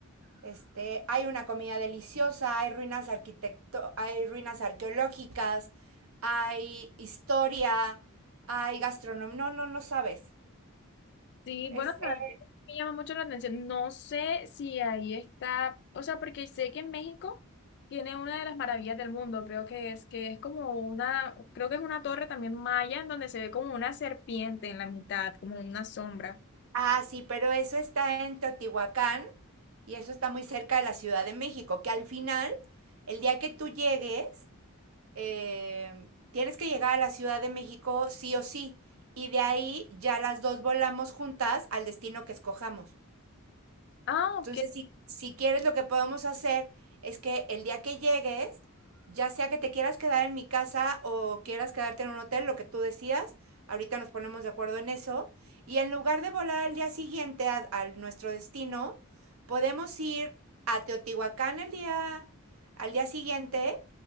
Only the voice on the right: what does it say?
Este, hay una comida deliciosa, hay ruinas arquitecto, hay ruinas arqueológicas, hay historia, hay gastronomía. No, no, no sabes.
Es,
eh,
ah, sí, pero eso está en Teotihuacán y eso está muy cerca de la Ciudad de México, que al final, el día que tú llegues, eh, tienes que llegar a la Ciudad de México sí o sí. Y de ahí ya las dos volamos juntas al destino que escojamos.
Entonces,
si, si quieres, lo que podemos hacer es que el día que llegues, ya sea que te quieras quedar en mi casa o quieras quedarte en un hotel, lo que tú decidas, ahorita nos ponemos de acuerdo en eso, y en lugar de volar al día siguiente a, a nuestro destino, podemos ir a Teotihuacán el día, al día siguiente